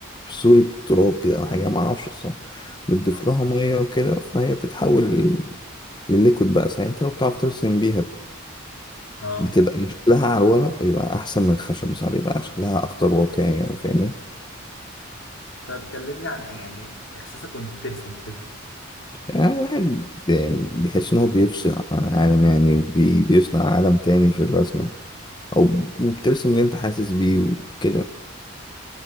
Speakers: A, on the left; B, on the left.
A: في صورة تراب كده او حاجة ما اعرفش الصح بتضيف
B: اه
A: لها مية وكده فهي بتتحول لليكويد بقى ساعتها وبتعرف ترسم بيها
B: اه
A: بتبقى شكلها على الورق بيبقى احسن من الخشب صح بيبقى شكلها اكتر واقعي يعني فاهمني
B: طب كلمني عن ايه يعني احساسك وانت بترسم كده
A: يعني الواحد ب- بيحس ان هو بيفصل عن العالم يعني وبي- بيصنع عالم تاني في الرسمة او وبترسم اللي انت حاسس بيه وكده